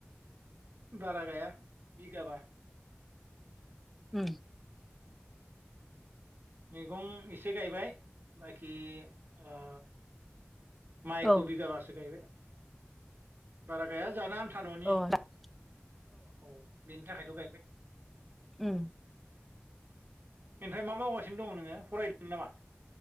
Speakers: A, on the right; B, in the centre.
A: बारा गाया बिगाबा
B: उम
A: मैगं एसे गायबाय बाखि ओ माइखौ
B: औ
A: बिगाबासो गायबाय बारा गाया जानो आन था न'नि
B: अ औ
A: औ बेनि थाखायल' गायदों।
B: उम
A: ओनफ्राय मा मावगासिनो दङ नोङो फरायदों नामा?